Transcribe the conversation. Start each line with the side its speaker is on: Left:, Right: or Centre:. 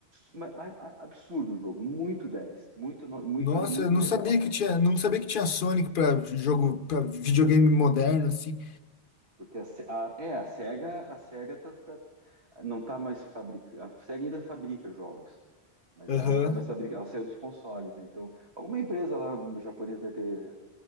Right: ma- a- a- absurdo o jogo, muito dez muito, no- muito,
Left: Nossa,
Right: muito
Left: eu não
Right: legal.
Left: sabia que tinha, não sabia que tinha Sonic pra jogo, para videogame
Right: Tem,
Left: moderno assim.
Right: porque a, Se- a- é, a Sega, a Sega tá, tá- não tá mais fabricando, a Sega ainda fabrica jogos, mas
Left: Aham.
Right: ela não tá mais fabricando, ela saiu dos consoles, né? Então, alguma empresa lá japonesa deve ter